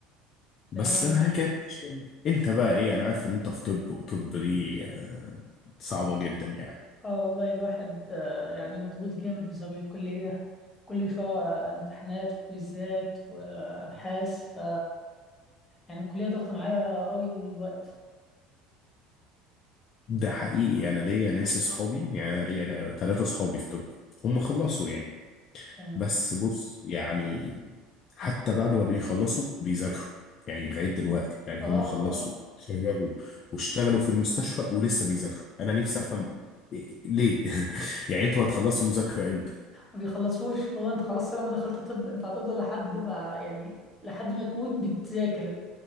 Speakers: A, on the left; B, on the left.
A: بس
B: تمام
A: هي كانت ماشية يعني. انت بقى ايه انا عارف ان انت في طب وطب دي آه، صعبة جدا يعني
B: اه والله الواحد آه، يعني مضغوط جامد بسبب الكليه كل شويه امتحانات وكويزات وابحاث ف يعني الكليه ضغط معايا قوي الوقت
A: ده حقيقي انا ليا ناس اصحابي يعني انا ليا ثلاثة اصحابي في طب هم خلصوا يعني
B: تمام
A: بس بص يعني حتى بعد ما بيخلصوا بيذاكروا يعني لغاية دلوقتي يعني
B: اه
A: هم خلصوا
B: اه اه
A: اتخرجوا واشتغلوا في المستشفى ولسه بيذاكروا انا نفسي افهم إيه- ليه <laughs> يعني انتوا هتخلصوا مذاكرة امتى
B: ما بيخلصوش هو انت خلاص طالما دخلت طب انت هتفضل لحد ما يعني لحد ما تموت بتذاكر